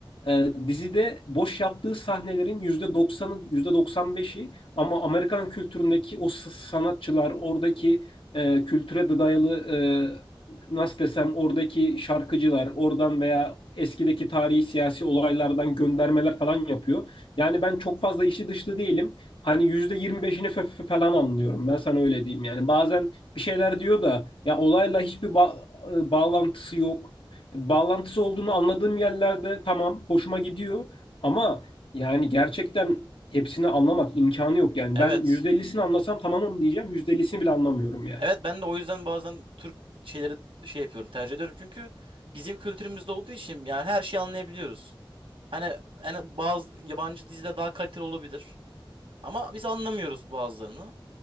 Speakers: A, on the left; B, on the right.
A: E, dizide boş yaptığı sahnelerin yüzde doksanı yüzde doksan beşi ama Amerikan kültüründeki o s- sanatçılar oradaki e, kültüre de dayalı e, nasıl desem oradaki şarkıcılar oradan veya eskideki tarihi siyasi olaylardan göndermeler falan yapıyor. Yani
B: Hı hı.
A: ben çok fazla işi dışlı değilim. Hani yüzde yirmi beşini falan anlıyorum. Ben sana öyle diyeyim yani. Bazen bir şeyler diyor da ya olayla hiçbir ba- e, bağlantısı yok. Bağlantısı olduğunu anladığım yerlerde tamam hoşuma gidiyor ama yani gerçekten hepsini anlamak imkanı yok yani.
B: Evet.
A: Ben %50'sini anlasam tamamım diyeceğim. %50'sini bile anlamıyorum yani.
B: Evet ben de o yüzden bazen Türk şeyleri şey yapıyorum tercih ediyorum çünkü bizim kültürümüzde olduğu için yani her şeyi anlayabiliyoruz. Hani yani bazı yabancı dizide daha kaliteli olabilir ama biz anlamıyoruz bazılarını.